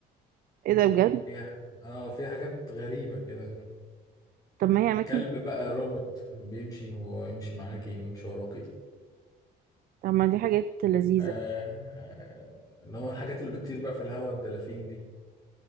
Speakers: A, on the right; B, on the left.
A: ايه ده بجد
B: فيها اه فيها حاجات غريبة كده
A: طب ما هي اماكن
B: كلب بقى روبوت بيمشي ويمشي معاكي ويمشي وراكي
A: طب ما دي حاجات لذيذة
B: آه آه، اللي هو الحاجات اللي بتطير بقى في الهواء الدلافين دي